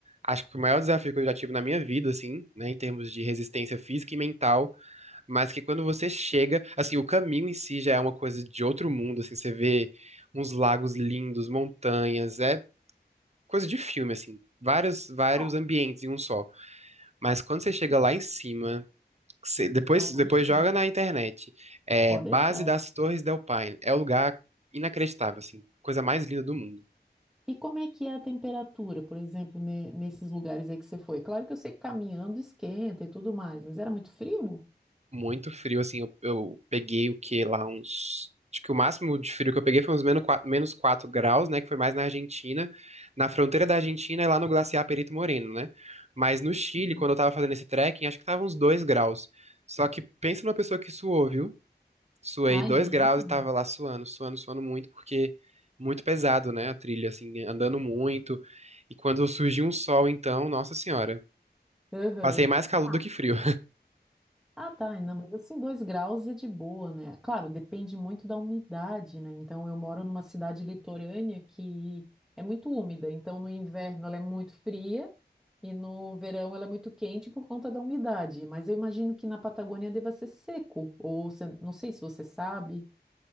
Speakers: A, on the right (about 40°); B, in the centre.
A: Acho que o maior desafio que eu já tive na minha vida, assim, né, em termos de resistência física e mental, mas que quando você chega, assim, o caminho em si já é uma coisa de outro mundo, assim, você vê uns lagos lindos, montanhas, é coisa de filme, assim, vários, vários
B: Ah,
A: ambientes em um só. Mas quando você chega
B: e-
A: lá em cima, que você- depois,
B: ah, imagino,
A: depois joga na internet, é
B: pode
A: Base
B: deixar.
A: das Torres del Paine, é um lugar inacreditável, assim, coisa mais linda do mundo.
B: E como é que é a temperatura, por exemplo, ne- nesses lugares aí que você foi? Claro que eu sei que caminhando esquenta e tudo mais, mas era muito frio?
A: muito frio, assim, eu, eu peguei o que lá uns. Acho que o máximo de frio que eu peguei foi uns menos quatro menos quatro graus, né? Que foi mais na Argentina, na fronteira da Argentina e lá no glaciar Perito Moreno, né? Mas no Chile,
B: Uhum.
A: quando eu tava fazendo esse trekking, acho que tava uns 2 graus. Só que pensa numa pessoa que suou, viu? Suei
B: Ah,
A: 2
B: imagino.
A: graus e tava lá suando, suando, suando muito, porque muito pesado, né? A trilha, assim, andando muito. E quando surgiu um sol, então, nossa senhora,
B: Aham.
A: passei mais calor
B: Ah,
A: do que frio.
B: ah, tá, não, mas assim, dois graus é de boa, né? Claro, depende muito da umidade, né? Então, eu moro numa cidade litorânea que é muito úmida, então no inverno ela é muito fria e no verão ela é muito quente por conta da umidade. Mas eu imagino que na Patagônia deva ser seco, ou você- não sei se você sabe.